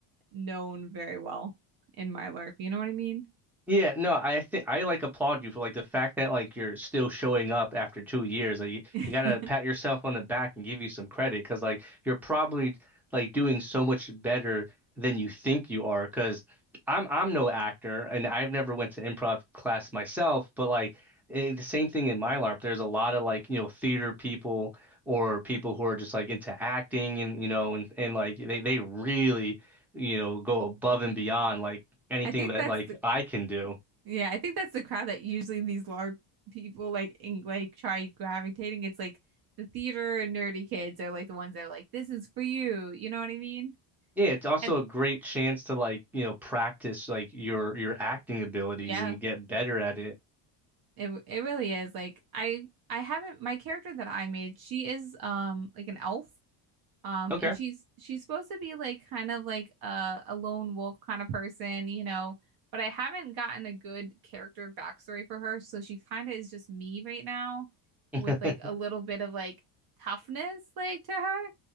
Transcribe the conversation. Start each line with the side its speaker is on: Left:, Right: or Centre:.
Right: known very well in my LARP. You know what I mean?
Centre: Yeah, no, I think I like applaud you for like the fact that like you're still showing up after two years. Like you,
Right: <laughs>
Centre: you gotta pat yourself on the back and give you some credit because like you're probably like doing so much better than you think you are. Because I'm I'm no actor and I've never went to improv class myself, but like i the same thing in my LARP. There's a lot of like you know theater people or people who are just like into acting and you know and and like they they really you know go above and beyond like anything
Right: I think
Centre: that
Right: that's
Centre: like
Right: the
Centre: I can do.
Right: yeah, I think that's the crowd that usually these LARP people like in like try gravitating. It's like the theater and nerdy kids are like the ones that are like, this is for you. You know what I mean?
Centre: Yeah, it's also
Right: And
Centre: a great chance to like, you know, practice like your your acting abilities
Right: yeah,
Centre: and get better at it.
Right: it it really is. Like I I haven't my character that I made, she is um like an elf Um,
Centre: Okay.
Right: and she's she's supposed to be like kind of like a, a lone wolf kind of person, you know, but I haven't gotten a good character backstory for her, so she kind of is just me right now
Centre: <laughs>
Right: with like a little bit of like toughness like to her